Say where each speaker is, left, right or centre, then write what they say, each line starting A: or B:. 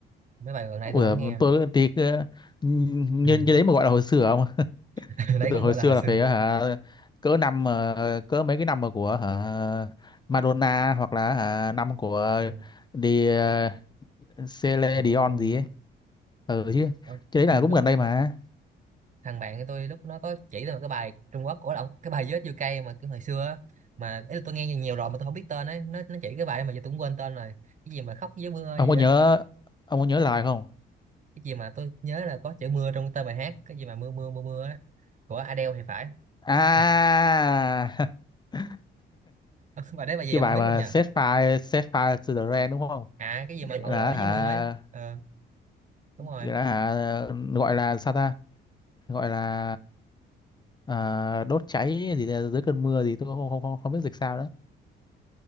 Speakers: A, on the right; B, on the left.
A: mấy bài gần đây
B: Ủa,
A: tôi không nghe
B: tôi thì cứ- như
A: ừ.
B: như đấy mà gọi là hồi xưa không? <laughs>
A: <laughs>
B: Tôi
A: đấy
B: tưởng
A: cũng
B: hồi
A: gọi
B: xưa
A: là hồi
B: là
A: xưa
B: phải ờ, hả cỡ năm ờ, cỡ mấy cái năm mà của hả Madonna hoặc là hả, năm của
A: ừ.
B: đi ờ, Celine
A: còn
B: Dion gì ấy. Ừ chứ.
A: ờ,
B: Cái
A: mà
B: đấy là cũng
A: lúc
B: gần
A: ừ,
B: đây mà.
A: thằng bạn của tôi lúc nó có chỉ tôi một cái bài Trung Quốc của ông cái bài Vết chưa Cây mà cái hồi xưa á. mà ý là tôi nghe nhiều nhiều rồi mà tôi không biết tên ấy nó nó chỉ cái bài mà giờ tôi cũng quên tên rồi cái gì mà khóc với mưa
B: Ông
A: gì
B: có
A: á
B: nhớ ông có nhớ lời không?
A: cái gì mà tôi nhớ là có chữ mưa trong tên bài hát cái gì mà mưa mưa mưa mưa á của Adele thì phải
B: À
A: đúng không?
B: <laughs>
A: <laughs> bài đấy bài gì
B: cái
A: ông
B: bài
A: không biết
B: mà
A: không nhỉ
B: Set Fire Set Fire to the Rain đúng không?
A: à cái gì mà ngọn
B: Là
A: lửa với
B: hả
A: mưa ấy ờ đúng rồi
B: là hả gọi là sao ta? gọi là à, đốt cháy gì đấy, dưới cơn mưa gì tôi không không không, không biết dịch sao nữa